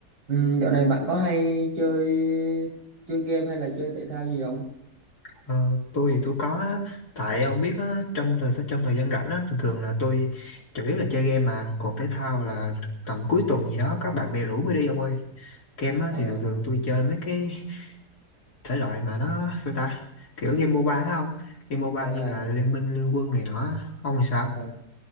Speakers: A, on the right (about 80°); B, on the left (about 60°).
A: Ừ, dạo này bạn có hay chơi chơi game hay là chơi thể thao gì không?
B: Ờ, tôi thì tôi có á. tại ông biết á, trong thời trong thời gian rảnh á, thường thường là tôi chủ yếu là chơi game mà còn thể thao là tầm cuối tuần gì đó các bạn bè rủ mới đi ông ơi game á,
A: À,
B: thì thường thường tôi chơi mấy cái thể loại mà nó sao ta kiểu game MOBA á không game MOBA
A: à,
B: như là Liên Minh Liên Quân này nọ á. ông thì sao
A: à,